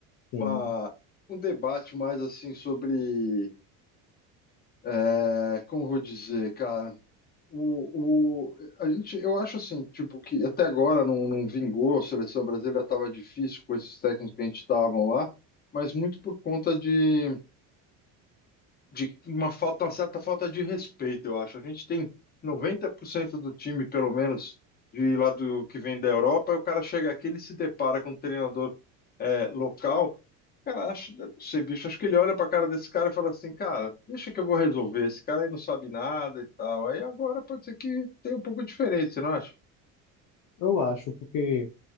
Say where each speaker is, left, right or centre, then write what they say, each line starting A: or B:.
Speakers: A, on the left; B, on the left.
A: sim,
B: uma- um debate mais assim sobre, é, como eu vou dizer, cara? O, o, a gente, eu acho assim, tipo, que até agora não, não vingou, a seleção brasileira estava difícil com esses técnicos que a gente estavam lá, mas muito por conta de de uma falta, uma certa falta de respeito, eu acho. A gente tem 90% do time, pelo menos, de lá do que vem da Europa, e o cara chega aqui, ele se depara com um treinador é, local. Cara, acho, eu não sei, bicho, acho que ele olha pra cara desse cara e fala assim, cara, deixa que eu vou resolver, esse cara aí não sabe nada e tal. Aí agora pode ser que tenha um pouco de diferença, você não acha?
A: eu acho, porque